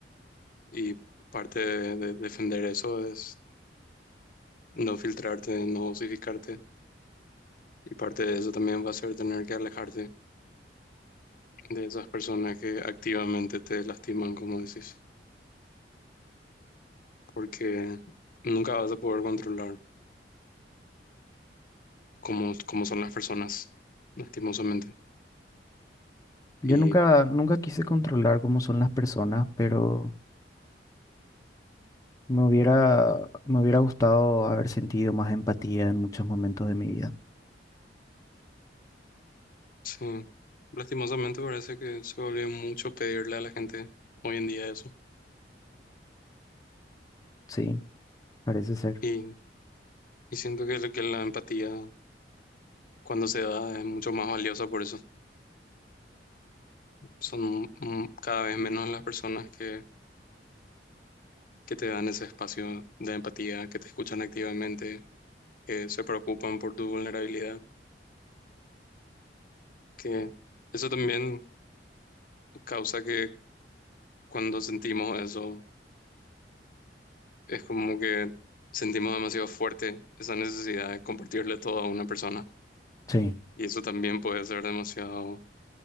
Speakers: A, on the left; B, on the left.
A: y parte de, de defender eso es no filtrarte, no dosificarte y parte de eso también va a ser tener que alejarte de esas personas que activamente te lastiman, como decís. porque nunca vas a poder controlar cómo, cómo son las personas, lastimosamente.
B: Yo
A: Y
B: nunca, nunca quise controlar cómo son las personas, pero... Me hubiera, me hubiera gustado haber sentido más empatía en muchos momentos de mi vida.
A: sí, lastimosamente parece que se volvió mucho pedirle a la gente hoy en día eso.
B: Sí, parece ser.
A: Y, y siento que, que la empatía cuando se da es mucho más valiosa por eso. Son mm, cada vez menos las personas que, que te dan ese espacio de empatía, que te escuchan activamente, que se preocupan por tu vulnerabilidad, que eso también causa que cuando sentimos eso es como que sentimos demasiado fuerte esa necesidad de compartirle todo a una persona
B: Sí.
A: y eso también puede ser demasiado